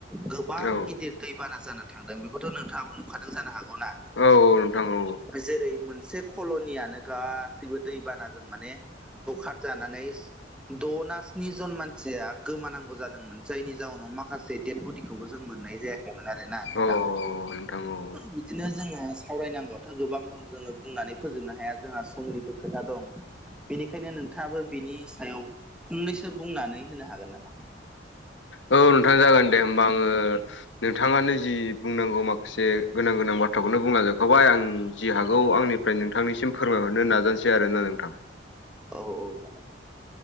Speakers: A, in the centre; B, on the left (about 75°).
A: गोबां
B: औ
A: गिदिर दैबाना जाना थांदों बेखौथ' नोंथाङाबो नुखादों जानो हा गौ ना
B: औ औ नोंथां औ
A: जेरै मोनसे कल'नियानो गासिबो दैबानाजों माने बुखारजानानै द ना स्नि जन मानसिया गोमानांगौ जादोंमोन जायनि जाउनाव माखासे डेद बडिखौबो जों मोननाय जायाखैमोन आरोना नोंथां
B: औ नोंथां औ नोंथां औ
A: बिदिनो जोंङो सावरायनांगौआथ' गोबां दं जोंङो बुंनानै फोजोबनो हाया जोंहा समनिबो खोथा दं। बेनिखायनो नोंथाङाबो बिनि सायाव फंनैसो बुंनानै होनो हागोन नामा?
B: औ नोंथां जागोन दे होमबा आङो नोंथाङानो जि बुंनांगौ माखासे गोनां गोनां बाथ्राखौनो बुंलाजोबखाय आं जि हागौ आंनि ओमफ्राय नोंथांनिसिम फोरमायहरनो नाजानोसै आरोना नोंथां।
A: औ औ जागोन।